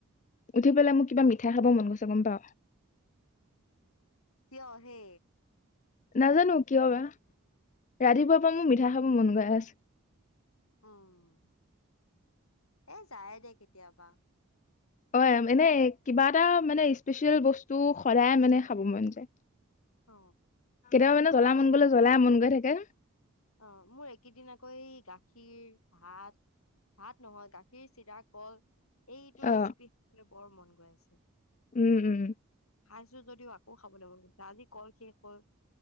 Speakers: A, on the left (about 35°); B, on the left (about 80°).
A: উঠি পেলাই মোক কিবা মিঠাই খাব মন গৈছে, গম পাৱ?
B: কিয় হে?
A: নাজানো কিয় বা, ৰাতিপুৱাৰ পৰা মোৰ মিঠা খাব মন গৈ আছে।
B: উম, এ যায় দে কেতিয়াবা।
A: অ', এনে কিবা এটা মানে স্পেচিয়েল বস্তু সদায় মানে খাব মন যায়।
B: অ
A: কেতিয়াবা মানে
B: মোৰ
A: জ্বলা
B: আকৌ
A: মন গলে জ্বলাই মন গৈ থাকে
B: অ', মোৰ এই কেইদিন আকৌ গাখীৰ, ভাত ভাত নহয়, গাখীৰ, চিৰা, কল, এইটো ৰেচিপি
A: অ
B: খাবলৈ বৰ মন গৈ আছে।
A: উম উম
B: খাইছো যদিও আকৌ খাবলে মন গৈছে। আজি কল শেষ হ'ল,